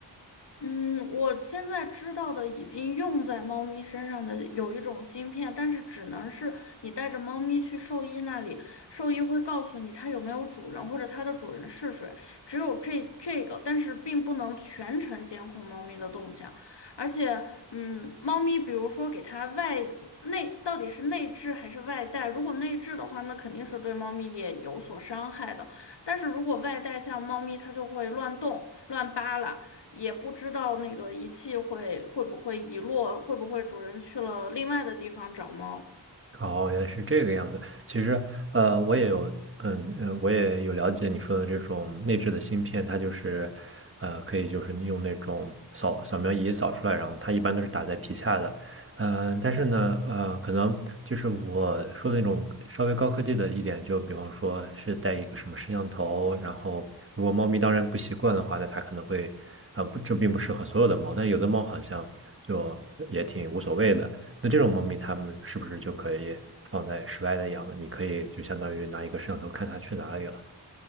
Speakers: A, on the left (about 75°); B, on the right (about 30°).
A: 嗯，我现在知道的已经用在猫咪身上的有一种芯片，但是只能是你带着猫咪去兽医那里，兽医会告诉你它有没有主人或者它的主人是谁，只有这这个，但是并不能全程监控猫咪的动向。而且，嗯，猫咪比如说给它外内到底是内置还是外带，如果内置的话，那肯定是对猫咪也有所伤害的。但是如果外带，像猫咪它就会乱动、乱扒拉。也不知道那个仪器会会不会遗落，会不会主人去了另外的地方找猫。
B: 哦，原来是这个样子。其实，呃，我也有，嗯嗯，我也有了解你说的这种内置的芯片，它就是，呃，可以就是用那种扫扫描仪扫出来，然后它一般都是打在皮下的。嗯、但是呢，呃，可能就是我说的那种稍微高科技的一点，就比方说是带一个什么摄像头，然后如果猫咪当然不习惯的话，那它可能会，啊、不，这并不适合所有的猫，但有的猫好像就也挺无所谓的。那这种猫咪，它们是不是就可以放在室外的养呢？你可以就相当于拿一个摄像头看它去哪里了。